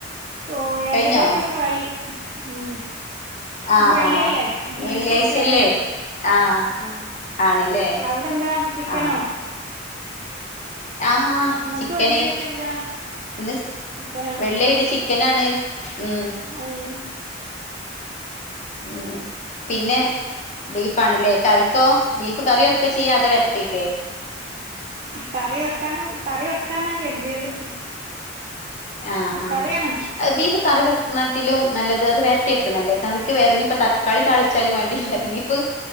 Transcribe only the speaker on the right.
ഓഹ് ഏകദേശോക്കെ
ആയി ഉം ഇന്ന്
വെള്ളിയല്ലേ
ബീഫൊക്കെയാണ്
ആഹ്
അവിടെ എന്താ ചിക്കനോ
നിങ്ങക്ക്
വെള്ളിയായിട്ട് എന്താ
ചിക്കനാ
ആഹ് യേ
കറി വെക്കാനും കറി വെക്കാന്നാ കരുതിയത്
കറിയാണ്
ആഹ്